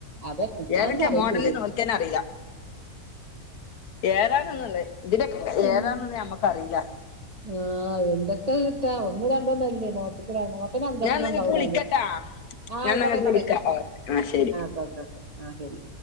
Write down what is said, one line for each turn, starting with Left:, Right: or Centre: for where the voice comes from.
Right: അതന്നെ ഞാനത്
Left: ഏതൊക്കെയാ
Right: പറയും
Left: മോഡല്ന്ന്
Right: ചെയ്തു
Left: ഓൽ ക്കെന്നറിയില്ല ഏതാണെന്നുള്ള ഇതിനൊക്കെ
Right: ഉം.
Left: ഏതാണെന്ന് നമ്മക്കറിയില്ല
Right: ആഹ് എന്തൊക്കെ കിട്ടാ ഒന്നും രണ്ടൊന്നല്ല <unintelligible> നോട്ടിന് അഞ്ചെട്ടണ്ണണ്ടാവുല
Left: ഞാൻ ഇന്നാ ഇങ്ങക്ക് വിളിക്കട്ടാ
Right: അത്‌ ആഹ്
Left: ഞാൻ
Right: അയ്ക്കോട്ടെ
Left: ഇന്നാ ഇങ്ങക്ക്
Right: അയ്ക്കോട്ടെ
Left: വിളിക്കാ ഓ ആഹ് ശരി
Right: അയ്ക്കോട്ടെ <unintelligible> ആഹ് ശരി